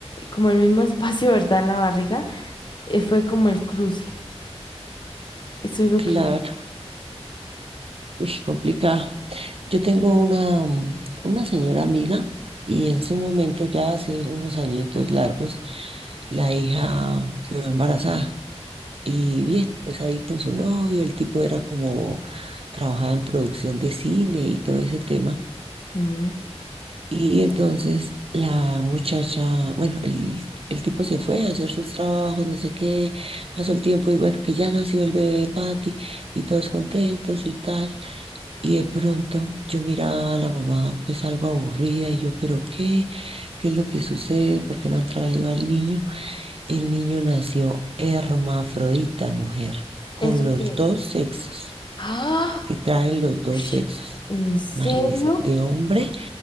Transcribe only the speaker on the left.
como el mismo <laughs> espacio, ¿verdad? En la barriga, eh, fue como el cruce. Eso es lo
que...
Mm.
¿Eso
qué
es?
¡Ah!
Ush.
¿En serio?